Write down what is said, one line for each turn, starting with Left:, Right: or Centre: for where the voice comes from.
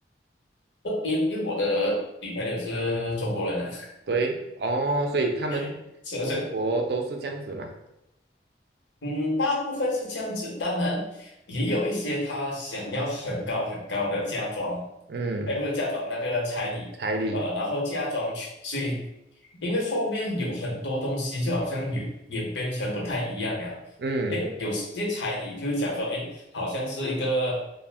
Left: 呃因因为我的女朋友是中国人啊，
Right: 对，哦，所以他们中国都是这样子嘛？
Left: <laughs> 是不是？嗯，大部分是这样子，当然也有一些他想要很高很高的嫁妆，
Right: 嗯，
Left: 哎，不是嫁妆那个彩礼，
Right: 彩礼，
Left: 呃，然后嫁妆去，所以因为后面有很多东西，就好像演演变成不太一样了。
Right: 嗯，
Left: 因为有些彩礼就是讲说，哎，好像是一个